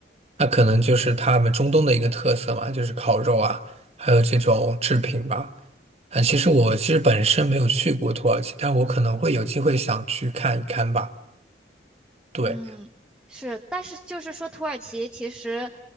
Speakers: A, on the right; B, in the centre.
A: 那可能就是他们中东的一个特色嘛，就是烤肉啊，还有这种制品吧。啊，其实我其实本身没有去过土耳其，但我可能会有机会想去看一看吧。对，
B: 嗯，是，但是就是说，土耳其其实，